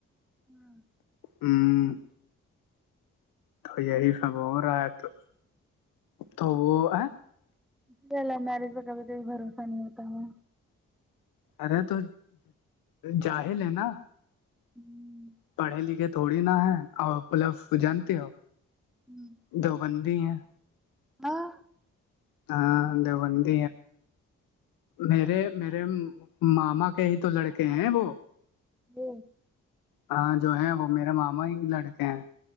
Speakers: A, in the centre; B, on the left.
A: ہاں
B: ہوں تو یہی
A: اسی
B: سب ہو رہا ہے تو تو وہ ہے
A: اسے ال میرج میں کھی کوئی بھروسہ نہیں ہوتا ہے
B: ارے تو جاہل ہے نا
A: ہوں
B: پڑھے لکھے تھوڑی نہا ہے اور مطلب جانتے ہو
A: ہوں
B: دو بندی ہیں
A: ہاں
B: ہاں بند میرے میرے ماما کے ہی تو لڑکے ہیں وہ
A: جی
B: ہاں جو ہے وہ میرا ماما ہی لڑکے ہیں